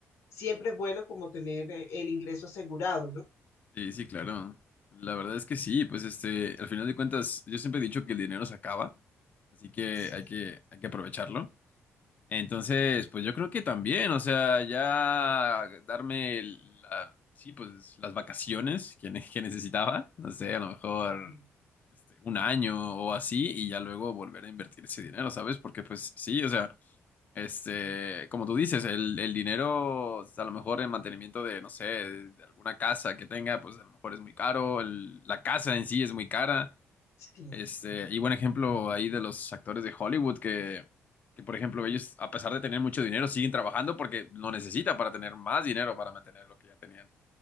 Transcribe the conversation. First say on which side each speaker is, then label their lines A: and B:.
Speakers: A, on the left; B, on the left.
A: siempre es bueno como tener eh, el ingreso asegurado, ¿no?
B: Sí, sí, claro. La verdad es que sí, pues este, al final de cuentas, yo siempre he dicho que el dinero se acaba, así que
A: Sí,
B: hay que, hay que aprovecharlo. Entonces, pues yo creo que también, o sea, ya darme la, sí, pues las vacaciones que, ne- que necesitaba, no sé, a lo mejor
A: sí,
B: este, un año o así, y ya luego volver a invertir ese dinero, ¿sabes? Porque pues sí, o sea. Este, como tú dices, el, el dinero, a lo mejor el mantenimiento de, no sé, de alguna casa que tenga, pues a lo mejor es muy caro, el- la casa en sí es muy cara.
A: sí,
B: Este, y buen ejemplo ahí de los actores de Hollywood que, que, por ejemplo, ellos, a pesar de tener mucho dinero, siguen trabajando porque lo necesitan para tener más dinero para mantener lo que ya tenían.